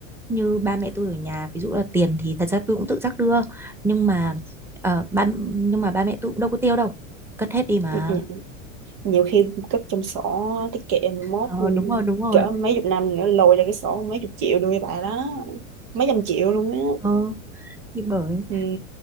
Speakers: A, in the centre; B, on the right.
A: như ba mẹ tôi ở nhà ví dụ là tiền thì thật ra tôi cũng tự giác đưa nhưng mà ờ, ba nhưng mà ba mẹ tôi cũng đâu có tiêu đâu cất hết đi mà
B: ừ, ừ. nhiều khi cất trong sổ tiết kiệm mà mốt
A: Ờ,
B: ừ,
A: đúng rồi, đúng rồi.
B: cỡ mấy chục năm nữa lôi ra cái sổ mấy chục triệu đưa cho bà đó mấy trăm triệu luôn á
A: ừ, thì bởi
B: ừ